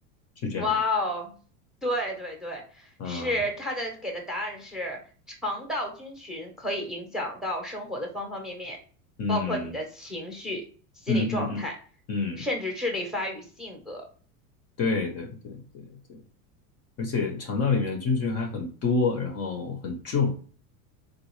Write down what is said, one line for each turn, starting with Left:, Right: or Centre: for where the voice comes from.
Left: 是这样吗？
Centre: 哇哦，对对对，
Left: 啊，
Centre: 是它的给的答案是肠道菌群可以影响到生活的方方面面，
Left: 嗯
Centre: 包括你的情绪、心理状态，
Left: 嗯嗯嗯嗯，
Centre: 甚至智力发育、性格。
Left: 对对对对对。而且肠道里面的菌群还很多，然后很重，